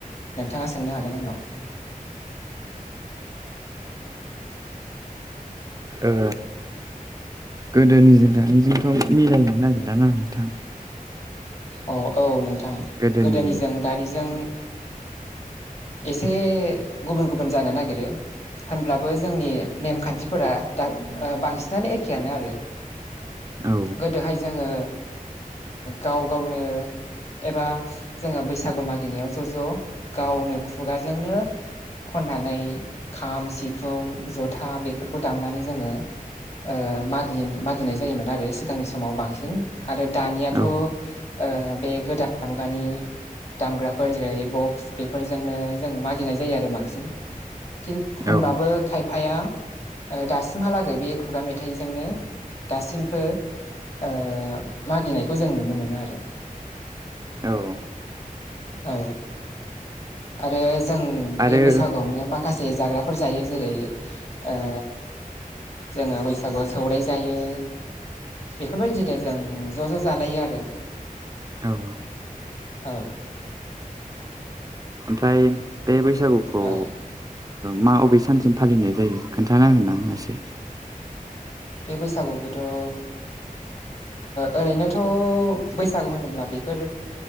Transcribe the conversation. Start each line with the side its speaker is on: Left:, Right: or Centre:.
Left: नोंथाङा सोंनो हागोन आंनो।
Right: ओ गोदोनिजों दानिजोंथ' मिलायनो नागिरला नामा नोंथां
Left: अ औ नोंथां
Right: गोदोनि
Left: गोदोनिजों दानिजों एसे गुबुन गुबुन जानो नागिरो होनब्लाबो जोंनि नेमखान्थिफोरा दा बांसिनानो एखेयानो आरो
Right: औ
Left: गोदोहाय जोङो गाव गावनो। एबा जोङो बैसागु मागिनायाव ज' ज' गावनो खुगाजोंनो खननानै खाम सिफुं जथा बेफोरखौ दामनानै जोङो ओ मागि मागिनाय जायोमोन आरो सिगांनि समाव बांसिन आरो दानियाथ'
Right: औ
Left: ओ बे गोदान मुगानि दामग्राफोर जेरै बक्स बेफोरजोंनो जों मागिनाय जायो आरो बांसिन किन होनबाबो
Right: औ
Left: खायफाया ओ दासिमहालागै बे खुगा मेथाइजोंनो दासिमबो ओ मागिनायखौ जों नुनो मोनो आरो
Right: औ
Left: औ आरो जों
Right: आरो
Left: बे बैसागुआवनो माखा से जाग्राफोर जायो जेरै ओ जोङो बैसागुआव सौराइ जायो बेफोरबायदिनो जों ज' ज' जालायो आरो
Right: औ
Left: औ
Right: ओमफ्राय बे बैसागुखौ
Left: औ
Right: मा अबे सानसिम फालिनाय जायो खोन्थानो हागोन नामा एसे
Left: बे बैसागुखौथ' ओ ओरैनो थ' बैसागु होनोब्ला बेफोर